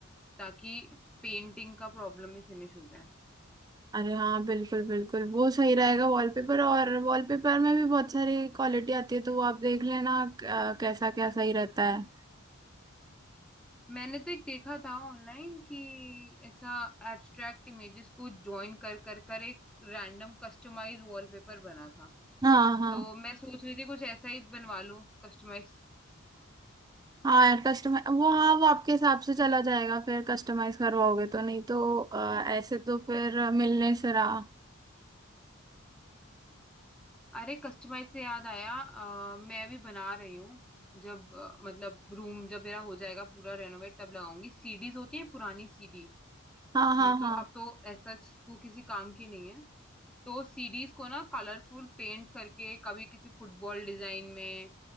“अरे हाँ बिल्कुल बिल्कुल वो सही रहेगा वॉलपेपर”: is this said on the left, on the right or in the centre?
Right